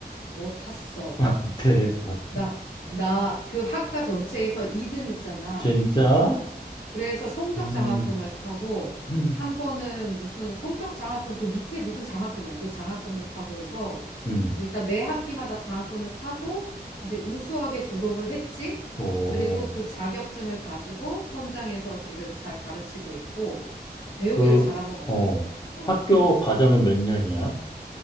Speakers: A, on the left; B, on the left.
A: 어, 탔어.
B: <laughs> 대박.
A: 나, 나 그 학과 전체에서 2등 했잖아.
B: 진짜?
A: 그래서 성적
B: 음,
A: 장학금을 타고
B: 음,
A: 한 번은 무슨 성적 장학금 그 밑에 무슨 장학금이야. 그 장학금도 타고 해서
B: 음.
A: 일단 매 학기마다 장학금을 타고 이제 우수하게 졸업을 했지.
B: 오,
A: 그리고 그 자격증을 가지고 현장에서 지금 잘 가르치고 있고 배우기를
B: 그,
A: 잘한 것 같아.
B: 어,
A: 어.
B: 학교 과정은 몇 년이야?